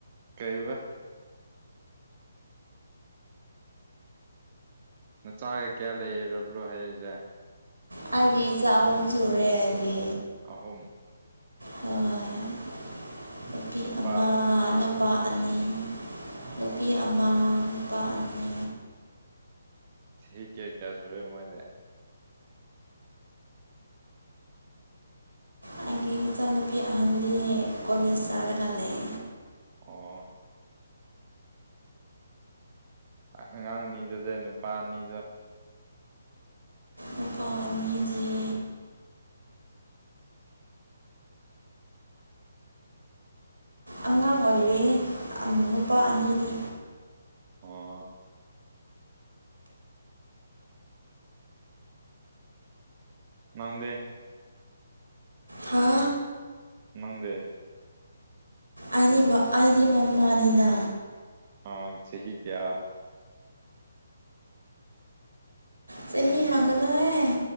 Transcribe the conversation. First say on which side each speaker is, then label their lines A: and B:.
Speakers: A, on the right; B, on the right.
A: ꯀꯩꯕ ꯅꯆꯥꯒ ꯀꯌꯥ ꯂꯩꯔꯕ꯭ꯔꯣ ꯍꯥꯏꯔꯤꯁꯦ
B: ꯍꯥꯏꯦ ꯏ ꯆ ꯍꯝꯁꯨꯨꯔꯔꯦ ꯍꯥꯏꯗꯤ
A: ꯑꯍꯨꯝ
B: ꯍꯣꯏ ꯅꯨꯄꯤ
A: ꯅꯨꯄꯥꯔ
B: ꯑꯃ
A: ꯅꯨꯄꯤ
B: ꯅꯨꯄꯥ ꯑꯅꯤ
A: ꯑꯣ
B: ꯅꯨꯄꯤ ꯑꯃ ꯅꯨꯄꯥ ꯑꯅꯤ
A: ꯁꯤ ꯀꯦ ꯀꯌꯥꯖꯔꯦ ꯃꯣꯏꯅꯦ
B: ꯑꯩꯒꯤ ꯏꯆꯥꯅꯨꯄꯤ ꯑꯍꯟꯗꯤ ꯀꯣꯂꯦꯖ ꯆꯥꯔꯒ ꯂꯩ
A: ꯑꯣ ꯑꯉꯥꯡ ꯑꯅꯤꯗꯨꯗ ꯅꯨꯄꯥ ꯑꯅꯤꯗꯣ
B: ꯅꯨꯄꯥ ꯑꯅꯤꯗꯤ ꯑꯉꯥꯡ ꯑꯣꯏꯔꯦ ꯅꯨꯄꯥ ꯑꯅꯤꯗꯤ
A: ꯑ ꯅꯪꯗꯦ
B: ꯍꯥ
A: ꯅꯪꯗꯦ
B: ꯑꯩ ꯑꯩꯗꯤ ꯃꯃꯥꯅꯤꯅ
A: ꯑꯥ ꯆꯍꯤꯍꯤ ꯀꯌꯥ
B: ꯆꯍꯤꯍꯤ ꯍꯪꯒꯅꯣꯦ